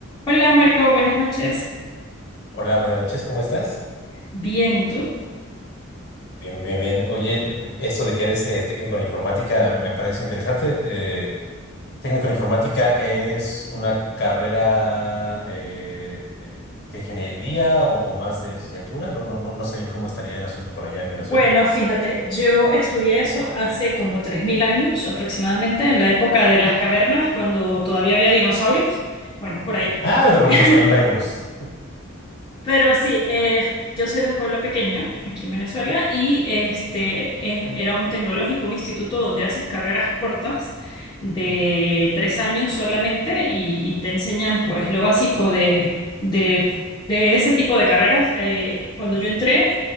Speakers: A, on the left; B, on the left.
A: Hola Marco, buenas noches.
B: Hola, buenas noches, ¿cómo estás?
A: Bien, ¿y tú?
B: Bien, bien, bien. Oye, eh, esto de que eres eh, técnico en informática me parece interesante. Eh, técnico en informática es una carrera eh, de de ingeniería o, o más de licenciatura. No, no, no, no sé bien cómo estaría el asunto por allá en Venezuela.
A: Bueno, fíjate, yo estudié eso hace como 3.000 años aproximadamente, en la época de las cavernas, cuando todavía había dinosaurios. Bueno, por ahí.
B: Ah, no te preocupes,
A: <laughs>
B: también para algunos.
A: Pero sí, eh, yo soy de un pueblo pequeño, aquí en Venezuela, y este, eh, era un tecnológico, un instituto donde haces carreras cortas de
B: Ujú.
A: tres años solamente y, y te enseñan pues lo básico de, de, de ese tipo de carreras. Eh, cuando yo entré,